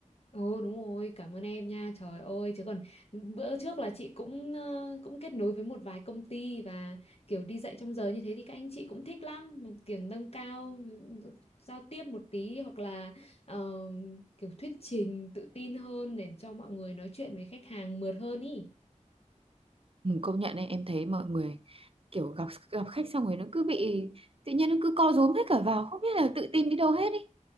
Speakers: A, on the left; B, on the right.
A: Ồ đúng rồi, cảm ơn em nha. Trời ơi, chứ còn bữa trước là chị cũng ờ, cũng kết nối với một vài công ty và kiểu đi dạy trong giờ như thế thì các anh chị cũng thích lắm mà kiểu nâng cao giao tiếp một tí hoặc là ờ, kiểu thuyết trình tự tin hơn để cho mọi người nói chuyện với khách hàng mượt hơn ý.
B: Ừ, công nhận đấy em thấy mọi người kiểu gặp gặp khách xong rồi nó cứ bị tự nhiên nó cứ co rúm hết cả vào không biết là tự tin đi đâu hết ý